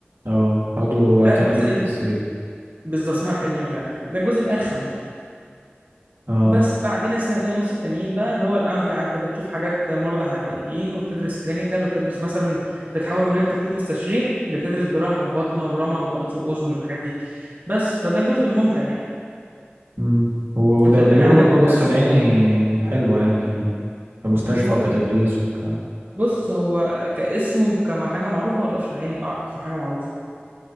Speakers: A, on the right; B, on the right.
A: اه تاخده
B: ده
A: اكاديمي
B: الجزء ال...
A: بس كده
B: بالظبط اسمها اكاديمي فعلا ده الجزء الارخم
A: اه
B: بس بعدين السنتين ونص التانيين بقى اللي هو الامتع انت بتشوف حاجات مرضى حقيقيين وبتدرس كلينيكال وبتدرس مثلا بتتحول من انت بتدرس تشريح لبتدرس جراحه وباطنه ورمد وانف واذن والحاجات دي بس فده الجزء الممتع يعني
A: امم و- وده
B: انت الدنيا
A: بيقولوا
B: عندك
A: برضو
B: مم.
A: القصر
B: متقسمه
A: العيني حلوة يعني كمستشفى
B: م-
A: وكتدريس وك
B: بص هو كاسم وكما حاجه معروفه هو القصر العيني أ- اكتر حاجه معروفه